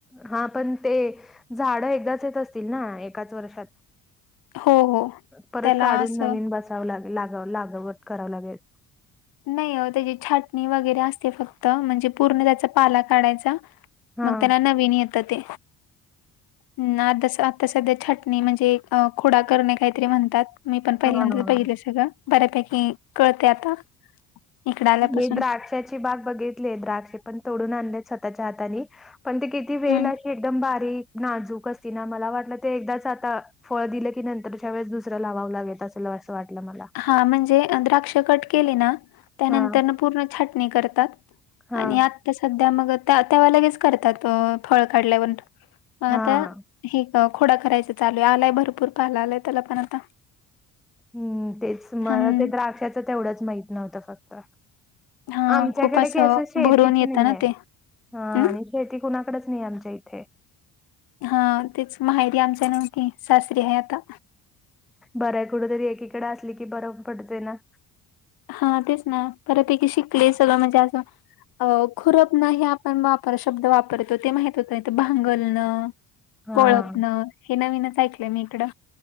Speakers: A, in the centre; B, on the left.
A: हा पण ते झाडं एकदाच येत असतील ना एकाच वर्षात.
B: हो हो
A: परत
B: त्याला
A: काढून
B: असं
A: नवीन बसावं लाग लाग लागवत करावं लागेल.
B: नाही अ त्याची छाटणी वगैरे असते फक्त म्हणजे पूर्ण त्याचा पाला काढायचा.
A: हा
B: मग त्यांना नवीन येत ते, हम् तस तस ते थाटणी म्हणजे खुडा करणे काहीतरी म्हणतात मी पण पहिल्यांदा
A: हा.
B: पहिले सगळं. बऱ्यापैकी कळते आता. इकडे आल्यापासून
A: मी द्राक्षाची बाग बघितली द्राक्ष पण तोडून आणलेत स्वतःच्या हाताने. पण ते किती वेल
B: हम्म
A: अशी एकदम बारीक नाजूक असती ना मला वाटलं ते एकदाच आता फळ दिलं की नंतर त्याच्या वेळेस दुसरं लावावं लागेल असल असं वाटलं मला.
B: हा म्हणजे द्राक्ष कट केले ना त्यानंतर
A: हां
B: पूर्ण छाटणी करतात.
A: हां
B: आणि आत्ता सध्या मग त्या त्याव्हा लगेच करतात फळ काढल्यावर. मग आता
A: हां
B: हे खोडा करायच चालू आहे आलाय भरपूर पाहायला आलाय त्याला पण आता.
A: हम्म तेच मला
B: हं,
A: ते द्राक्षाचं तेवढंच माहित नव्हतं फक्त.
B: हां,
A: आमच्याकडे
B: खूप असं
A: क शेतीत
B: भरून येतं
A: नाही
B: ना
A: आहे,
B: ते.
A: हा
B: अं?
A: आणि. हो ती कुणाकडेच नाही आमच्या इथे.
B: हा तेच माहेरी आमच्या नवकी शाशरी आहे आता.
A: बरंय कुठ तरी एकीकडे असली की बरं पडत ना.
B: हा तेच ना बरपैकी शिकले सगळं म्हणजे असं. खुरपनं हे आपण वापर शब्द वापरतो ते माह होत इथ भांगलनं.
A: हां.
B: कोळपण हे नवीनच ऐकलंय मी इकडं.